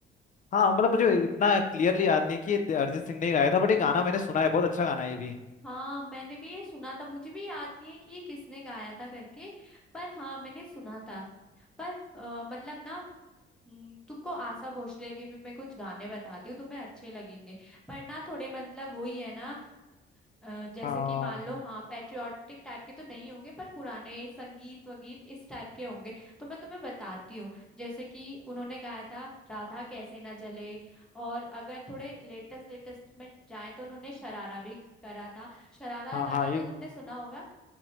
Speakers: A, on the left; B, in the centre.
A: हाँ मतलब मुझे इतना क्लियरली याद नहीं कि ये अरिजीत सिंह ने ही गाया था बट ये गाना मैंने सुना है बहुत अच्छा गाना है ये भी
B: हाँ मैंने भी ये सुना था मुझे भी याद नहीं है कि ये किसने गाया था करके पर हाँ मैंने सुना था पर अ, मतलब ना हम्म, तुमको आशा भोसले के भी मैं कुछ गाने बताती हूँ तुम्हें अच्छे लगेंगे पर ना थोड़े मतलब वही है ना अ, जैसे
A: हाँ
B: कि मान लो हाँ पैट्रियोटिक टाइप के तो नहीं होंगे पर पुराने संगीत वगीत इस टाइप के होंगे तो मैं तुम्हें बताती हूँ जैसे कि उन्होंने गाया था राधा कैसे ना जले और अगर थोड़े लेटेस्ट लेटेस्ट में जाए तो उन्होंने शरारा भी करा था शरारा
A: हाँ
B: गाना
A: हाँ
B: तो
A: ये
B: तुमने सुना होगा